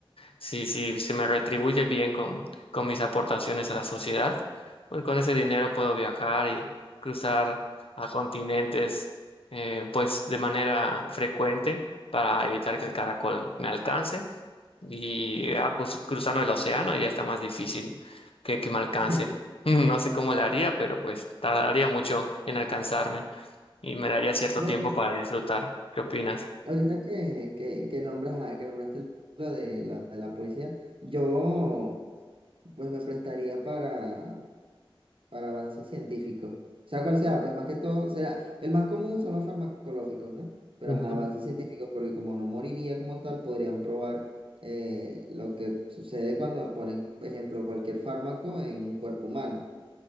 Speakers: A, on the left; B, on the right.
A: si, si se me retribuye bien con, con mis aportaciones a la sociedad, pues con ese dinero puedo viajar y cruzar a continentes eh, pues de manera frecuente para evitar que el caracol me alcance. Y ah, cruz- cruzando el océano ya está más difícil que, que me alcance.
B: <laughs>
A: <laughs> No sé cómo le haría, pero pues tardaría mucho en alcanzarme y me daría cierto
B: Bueno,
A: tiempo para disfrutar. ¿Qué opinas?
B: ahorita que, que, que nombras, a- que nombraste lo de la, de la policía, yo pues me prestaría para, para avances científicos. O sea, cual sea, pues más que todo, o sea, el más común son los farmacológicos, ¿no? Pero
A: Ujú.
B: ajá, avances científicos, porque como no moriría como tal, podrían probar eh, lo que sucede cuando ponen, por ejemplo, cualquier fármaco en un cuerpo humano,